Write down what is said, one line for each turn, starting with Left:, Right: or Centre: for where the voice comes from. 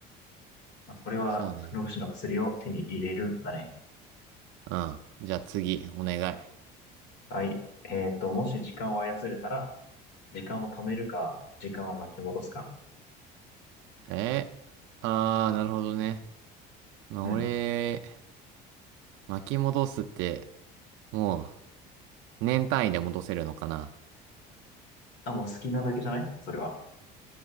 Left: まあこれは不老不死の薬を手に入れるだね。
Right: そうね。うん。じゃあ次、お願い。
Left: はい。えっと、もし時間を操れたら、時間を止めるか、時間を巻き戻すか。
Right: えああー、なるほどね。まあ、
Left: うん。
Right: 俺、巻き戻すって、もう、年単位で戻せるのかな。
Left: あ、もう好きなだけじゃないそれは。